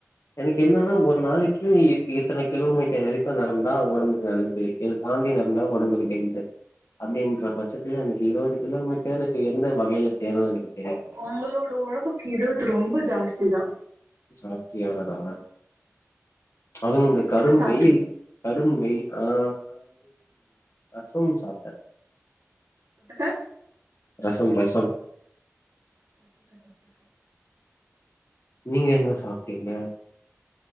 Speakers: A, on the left (about 65°); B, on the right (about 70°).
A: எனக்கு என்னன்னா ஒரு நாளைக்கி எ எத்தன கிலோமீட்டர் நெருக்கு நடந்தா ஒடம்புக்கு நல்லது இத தாண்டி நடந்தா ஒடம்புக்கு டேஞ்சர் அப்டின்ற பட்சத்துல எனக்கு இருபது கிலோமீட்டர் எந்த வகையில சேரு எனக்கு தெரில
B: உங்களோட உடம்புக்கு இருவது ரொம்ப ஜாஸ்தி தா
A: ஜாஸ்தியானதாவா அதுவு இந்த கடும்
B: என்ன சாப்ட்டீங்க
A: வெயில் கடும் வெயில் ஆ நா வந்து ரசம் சாப்ட்டே
B: தொட்டுக்க
A: ரசம் ரசம்
B: தொட்டுக்க தட்டு
A: நீங்க என்ன சாப்டீங்க